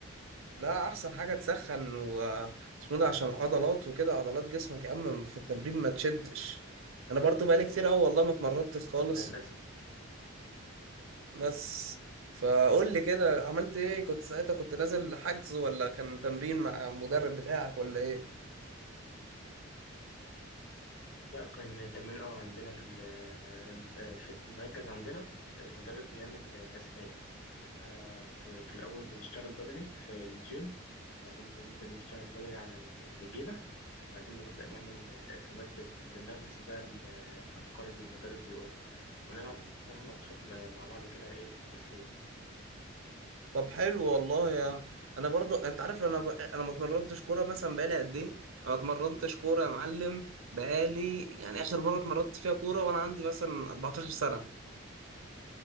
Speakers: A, on the right; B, on the left.
A: لا احسن حاجة تسخن و اسمه ده عشان العضلات وكده عضلات جسمك يا عم في التمرين ما تشدش انا برضو بقالي كتير اوي والله ما اتمرنتش خالص
B: انا للاسف
A: بس فقول لي كده عملت ايه كنت ساعتها كنت نازل حجز ولا كان تمرين مع المدرب بتاعك ولا ايه
B: لا كان تمرين اه عندنا في ال- آه، في المركز عندنا المدرب بيعمل تقسيمات فاحنا ب- في الأول بنشتغل بدني في الجيم وبعدين بننزل نشتغل بدني على النجيلة وبعدين بنبدأ نعمل تقسيمات بت- بننفذ بيها ال- الأفكار اللي المدرب بيقولها ونلعب بقى ماتشات م- مع بعض كده إيه تسلية
A: طب حلو والله يا انا برضو انت عارف انا ب... انا ما اتمرنتش كوره مثلا بقالي قد ايه انا ما اتمرنتش كوره يا معلم بقالي يعني اخر مره اتمرنت فيها كوره وانا عندي مثلا 14 سنه